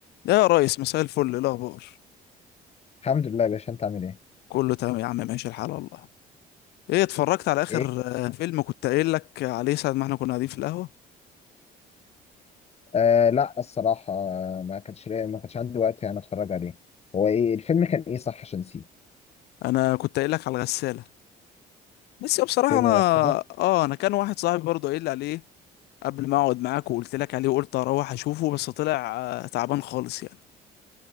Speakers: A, on the left; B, on the left.
A: يا ريس مساء الفل إيه الاخبار
B: الحمد لله يا باشا انت عامل ايه؟
A: كله تمام يا عم ماشي الحال والله ايه اتفرجت على اخر
B: ايه؟
A: آه، فيلم كنت قايل لك عليه ساعه ما احنا كنا قاعدين في القهوه
B: آه لا الصراحة آه، ما كانش ليا- ما كانش عندي وقت يعني اتفرج عليه. هو ايه الفيلم كان ايه صح عشان نسيه؟
A: انا كنت قايل لك على الغساله بس بصراحه
B: فيلم
A: انا
B: الغسالة؟
A: اه انا كان واحد صاحبي برضه قايل لي عليه قبل ما اقعد معاك وقلت لك عليه وقلت اروح اشوفه بس طلع آه، تعبان خالص يعني